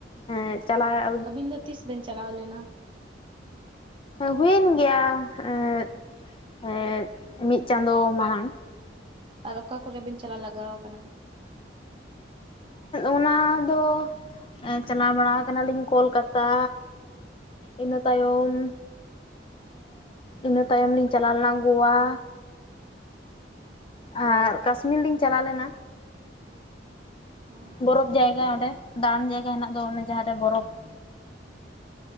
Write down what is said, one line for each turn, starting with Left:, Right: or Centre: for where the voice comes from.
Left: ᱮᱸ ᱪᱟᱞᱟᱜ ᱼᱼ
Right: ᱟᱹᱵᱤᱱ ᱫᱚ ᱛᱤᱥ ᱵᱮᱱ ᱪᱟᱞᱟᱣ ᱞᱮᱱᱟ?
Left: ᱦᱩᱭᱮᱱ ᱜᱮᱭᱟ <unintelligible> ᱢᱤᱫ ᱪᱟᱸᱫᱳ ᱢᱟᱲᱟᱝ ᱾
Right: ᱟᱨ ᱚᱠᱟ ᱠᱚᱨᱮ ᱵᱤᱱ ᱪᱟᱞᱟᱣ ᱞᱟᱜᱟᱣ ᱟᱠᱟᱱᱟ?
Left: ᱚᱱᱟ ᱫᱚ ᱪᱟᱞᱟᱣ ᱵᱟᱲᱟ ᱠᱟᱱᱟᱞᱤᱧ ᱠᱳᱞᱠᱟᱛᱟ᱾ ᱤᱱᱟᱹ ᱛᱟᱭᱚᱢ ᱤᱱᱟᱹ ᱛᱟᱭᱚᱢ ᱞᱤᱧ ᱪᱟᱞᱟᱣ ᱞᱮᱱᱟ ᱜᱳᱣᱟ᱾ ᱟᱨ
Right: ᱚ
Left: ᱠᱟᱥᱢᱤᱨ ᱞᱤᱧ ᱪᱟᱞᱟᱣ ᱞᱮᱱᱟ
Right: ᱚ
Left: ᱵᱚᱨᱚᱯᱷ ᱡᱟᱭᱜᱟ ᱚᱸᱰᱮ᱾ ᱫᱟᱬᱟᱱ ᱡᱟᱭᱜᱟ ᱦᱮᱱᱟᱜ ᱫᱚ ᱚᱱᱮ ᱡᱟᱦᱟᱸᱨᱮ ᱵᱚᱨᱚᱯᱷ ᱼᱼ